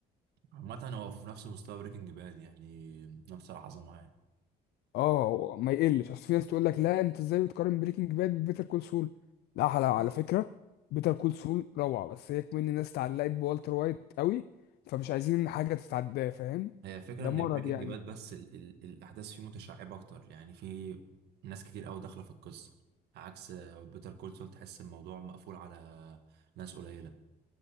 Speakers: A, on the right; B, on the left.
A: عامة هو في نفس مستوى بريكنج باد يعني نفس العظمة
B: اه ما يقلش اصل في ناس تقول لك لا انت ازاي بتقارن بريكنج باد ببيتر كول سول لا على على
A: يعني
B: فكره بيتر كول سول روعه بس هي كمان الناس اتعلقت بوالتر وايت قوي فمش عايزين ان حاجه تتعداه فاهم
A: هي فكرة
B: ده
A: ان
B: مرض
A: بريكنج
B: يعني
A: باد بس ال ال الاحداث فيه متشعبة اكتر يعني في ناس كتير قوي داخلة في القصة عكس بيتر كول سول تحس الموضوع مقفول على ناس قليلة